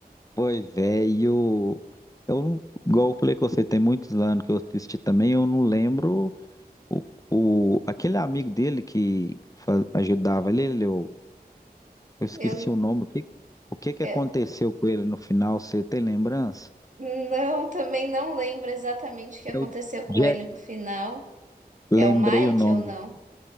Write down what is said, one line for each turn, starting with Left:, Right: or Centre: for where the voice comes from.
Left: Pois é, e eu, eu não- igual eu falei com você, tem muitos anos que eu assisti também, eu não lembro o, o, aquele amigo dele que fa- ajudava ele, ele- eu, eu esqueci
Right: Eu,
Left: o nome, o que, o que que
Right: eu-
Left: aconteceu com ele no final, você tem lembrança?
Right: Não, também não lembro exatamente o que aconteceu
Left: É o
Right: com
Left: Jack,
Right: ele no final.
Left: lembrei
Right: É o Mike
Left: o nome,
Right: ou não?